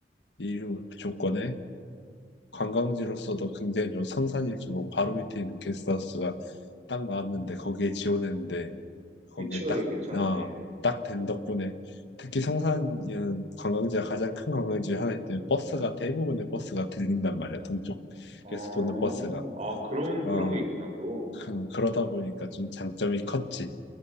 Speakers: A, on the left; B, on the right.
A: 이 조건에 관광지로서도 굉장히 좀 성산일주공 바로 밑에 있는 게스트하우스가 딱 나왔는데 거기에 지원했는데 거기에
B: 위치가
A: 딱,
B: 되게 괜찮았네.
A: 어, 딱 된 덕분에 특히 성산은 관광지가 가장 큰 관광지 하나 있기 때문에 버스가 대부분의 버스가 들린단 말이야 동쪽에서
B: 어,
A: 도는 버스가
B: 아, 그런,
A: 어,
B: 그런 게 있구나, 또.
A: 그- 그러다 보니까 좀 장점이 컸지